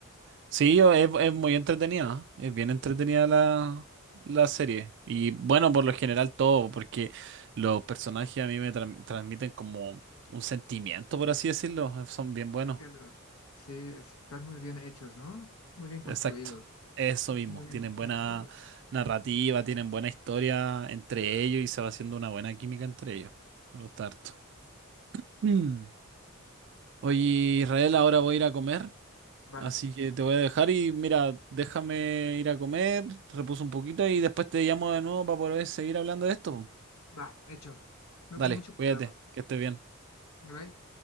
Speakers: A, on the right (about 55°); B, on the left (about 85°).
A: sí, yo, es, es muy entretenida, ¿eh? es bien entretenida la, la serie. Y bueno, por lo general todo, porque los personajes a mí me tra- transmiten como un sentimiento, por así decirlo, eh, son bien buenos,
B: Entiendo. Sí, están muy bien hechos, ¿no? Muy bien construidos.
A: exacto. Eso
B: Muy
A: mismo,
B: bien
A: tienen
B: construidos.
A: buena narrativa, tienen buena historia entre ellos y se va haciendo una buena química entre ellos. Me gusta harto. Mm. Oye, Israel, ahora voy a ir a comer,
B: Vale,
A: así que te voy a dejar y mira, déjame ir a comer, repuso un poquito y después te llamo de nuevo para poder seguir hablando de esto.
B: va, hecho. Ve
A: Dale,
B: con mucho
A: cuídate,
B: cuidado.
A: que estés bien.
B: Bye bye.